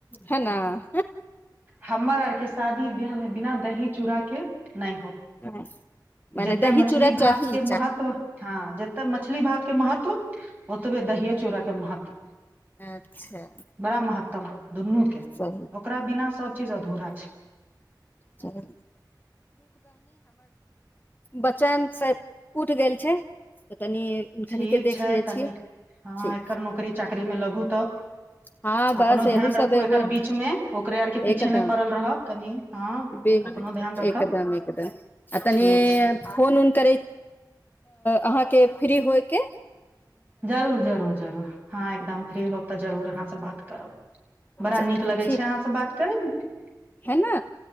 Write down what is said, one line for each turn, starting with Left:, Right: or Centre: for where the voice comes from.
Left: है न
Right: हमर आरके शादी बियाहमे बिना दही चूड़ाके नहि हो
Left: <unintelligible> मने
Right: जतेक
Left: दही
Right: मछली
Left: चूड़ा
Right: भातके
Left: चाही
Right: महत्व हँ ज तऽ मछली भात के महत्व ओतबे दहिए चूड़ा के महत्व
Left: अच्छा
Right: बड़ा महत्तम दुनू के
Left: सही
Right: ओकरा बिना सब चीज अधूरा छै
Left: छै बचनसँ उठि गेल छै तनि हुनखनिके
Right: ठीक
Left: देख
Right: छै
Left: लियै
Right: तनी
Left: छियै
Right: हँ
Left: ठीक
Right: एकर नौकरी चाकरीमे लगू तऽ
Left: हँ बस
Right: अपनो
Left: एहू
Right: ध्यान
Left: सब
Right: रखू
Left: एगो
Right: एकर बीच में ओकरे आर के पीछे
Left: एकदम
Right: नहि पड़ल रहब कनि हँ
Left: एकदम
Right: अपनो ध्यान रखब
Left: एकदम आ तनि
Right: ठीक छै
Left: फोन उन करै अहाँके फ्री होइके
Right: जरूर जरूर जरूर हँ एकदम फ्री होब तऽ जरूर अहाँ से बात करब बड़ा
Left: चलू
Right: नीक लगै
Left: ठीक
Right: छै अहाँ से बात करयमे <inaudible>
Left: है ना